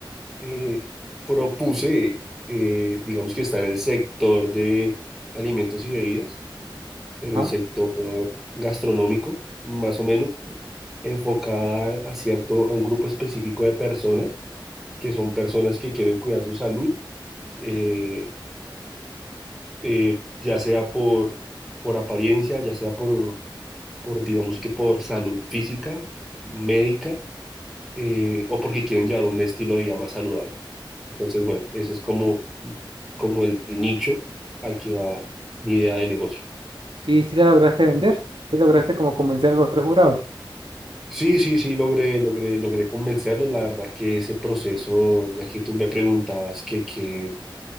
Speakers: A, in the centre; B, on the right.
A: eh, propuse, eh, digamos que está en el sector de alimentos y bebidas, en
B: Ajá.
A: el sector gastronómico, más o menos, enfocada a cierto, a un grupo específico de personas, que son personas que quieren cuidar su salud, eh, eh, ya sea por, por apariencia, ya sea por, por, digamos que por salud física, médica, eh, o porque quieren llevar un estilo de vida más saludable. Entonces, bueno, ese es como, como el nicho al que va mi idea de negocio.
B: ¿Y si la lograste vender? ¿Si lograste como convencer a los tres jurados?
A: Sí, sí, sí, logré, logré, logré convencerlos. La verdad que ese proceso, ya que tú me preguntabas que, que-